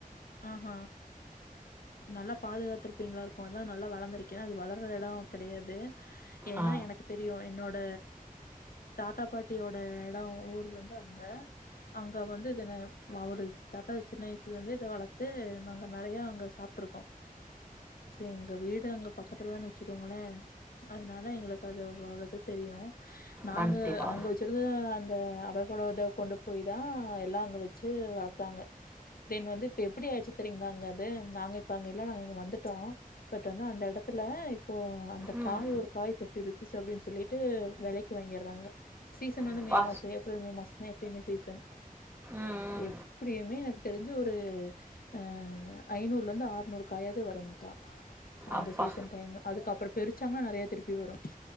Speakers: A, on the left; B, on the right.
A: ஆஹ்ஹ நல்லா பாதுகாத்திருப்பீங்களா இருக்கும் அதான் நல்லா வளர்ந்திருகேன் அது வளர்த இடம் கிடையாது ஏன்னா
B: ஆ.
A: எனக்கு தெரியும் என்னோட தாத்தா பாட்டியோட இடம் ஊர் வந்து அங்க அங்க வந்து இதன அவரு தாத்தா சின்ன வயசுல இருந்தே இதை வளரக்க து நாங்க நிறைய அங்க சாப்பிட்டுருகோம் எங்க வீடு அங்க பக்கத்துலதான் வச்சுககோங்களேன் அதனால எங்களுக்கு அது வறது தெரியும் நாங்க
B: கண்டிப்பா.
A: அங்க வச்சது அந்த அவகோடத கொண்டு போய் தான் எல்லாம் ஒ வச்சி வளத்தாங்க தென் வந்து இப்ப எப்பிடி ஆயிடுசி தெரியுகளா அங்கது நாங்க இப்ப அங்க இல்ல நாங்க இங்க வந்துட்டோ பட் வந்து அந்த இடத்துல இப்போ அந்த
B: ம்.
A: காய் ஒரு காய் பிப்டி ருபீஸ் அப்பிடின்னு சொல்லிட் ட்டு வெலைக்கு வாங்கிறாங்க சீசன் வந்து
B: அப்பா.
A: மே மாசோ ஏப்ரல் மே மாச நெ எப்பிமே சீசன்
B: ம். ம்.
A: எப்புடியுமே எனக்கு தெரிஞ் சு ஒரு அ ஐநூறுல இருந்து ஆறநூறு காயாத வருங்க்கா அந்த
B: அப்பா.
A: சீசன் டைம் அதுக்கு அப்புறோ பெரு,, ச்சாங்கா நெறைய திருப்பி வரு